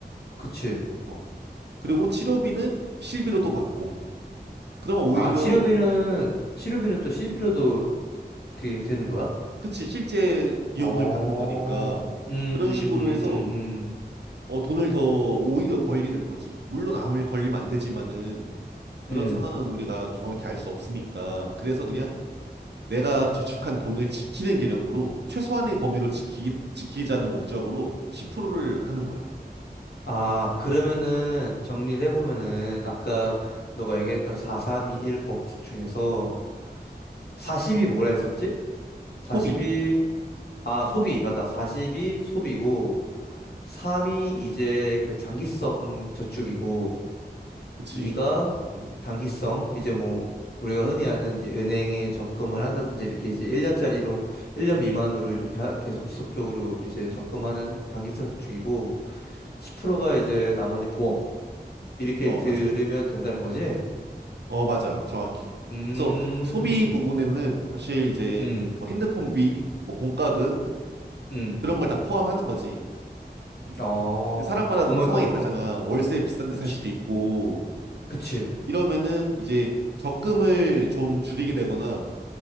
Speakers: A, on the left; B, on the right.
A: 그치.
B: 어. 그리고 치료비는 실비로 또 받고. 그러면 오히려
A: 아, 치료비는, 치료비는 또 c 비로도 그게 되는 거야?
B: 그치 실제 비용을
A: 어,
B: 받는 거니까
A: 음,
B: 그런
A: 음,
B: 식으로
A: 음,
B: 해서
A: 음,
B: 어, 돈을 더 오히려 벌게 되는 거지. 물론 암을 걸리면 안 되지만은 그런
A: 음.
B: 상황은
A: 음.
B: 우리가 정확히 알 수 없으니까. 그래서 그냥 내가 저축한 돈을 지키는 개념으로 최소한의 범위로 지키, 지키자는 목적으로 10%를 하는 거야.
A: 아, 그러면은
B: 음.
A: 정리를 해보면은 아까 너가 얘기했던 4321 법칙 중에서 40이 뭐라 했었지? 4이
B: 소비.
A: 아, 소비, 맞다.
B: 음.
A: 4이 소비고, 3이 이제 그 장기성 저축이고,
B: 그치?
A: 2가
B: 음.
A: 단기성, 이제 뭐, 우리가 흔히 아는 이제 은행에 적금을 한다든지 이렇게 이제 1년짜리로, 1년 미만으로 이렇게 하- 계속 지속적으로 이제 적금하는
B: 음.
A: 단기성 저축이고, 10%가 이제 나머지 보험, 이렇게
B: 어,
A: 들으면
B: 맞아.
A: 된다는 거지?
B: 어, 맞아. 정확해.
A: 음,
B: 그래서 소비 부분에는 사실 이제
A: 음,
B: 뭐 핸드폰비, 뭐 공과금
A: 음,
B: 그런 걸 다 포함하는 거지. 음.
A: 어,
B: 사람마다
A: 그러면
B: 상황이
A: 거, 어,
B: 다르잖아. 월세 비싼 데
A: 그치,
B: 살 수도 있고
A: 그치.
B: 이러면은 이제 적금을 좀 줄이게 되거나